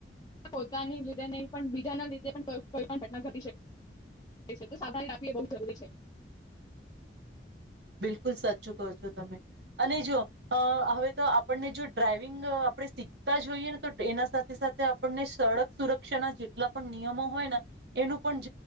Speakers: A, on the left; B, on the right.
A: પોતાની લીધે નહી પણ બીજાના લીધે પણ કોઈ પણ ઘટના ઘટી શકે સાવધાની રાખવી એ બહુ જરૂરી છે.
B: બિલકુલ સાચું કહો છો તમે અને જો હવે તો આપણને જો ડ્રાાઈવિંગ આપણે શીખતા જોઈએ ને તો એના સાથે સાથે આપણને સડક સુરક્ષાના જેટલા પણ નિયમો હોય ને એનું પણ